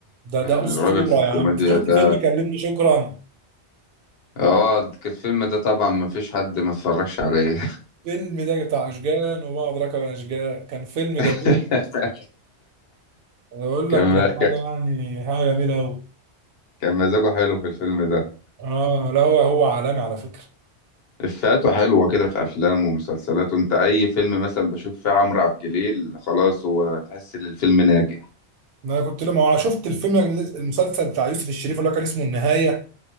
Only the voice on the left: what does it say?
يعني
الراجل في الكوميديا
ده
اه الفيلم ده طبعا ما فيش حد ما اتفرجش عليه
<laughs>
كان
كان
كان مزاجه حلو في الفيلم ده
إفيهاته حلوة كده في أفلامه ومسلسلاته أنت أي فيلم مثلا بشوف فيه عمرو عبد الجليل خلاص هو تحس إن الفيلم ناجح